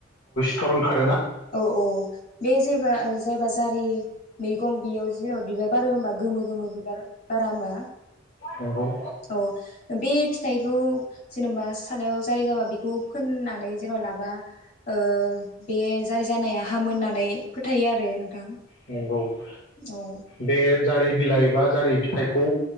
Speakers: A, on the left; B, on the left.
A: <unintelligible>
B: औ औ बे जायबा- जायबा जारि मैगं बेयाव जेनेबा बिबार बारो होनबा गोमो गोमो बिबार बारा ओमबा
A: नंगौ
B: औ बे फिथाइखौ जेनेबा सालायाव जारि जाबा बेखौ फोननानै जेन' लाबा ओ बे जारि जानाया हामो होनना नै फोथायो आरो नोंथां।
A: नंगौ औ
B: औ
A: बे जारि बिलाइ बा जारि फिथाइखौ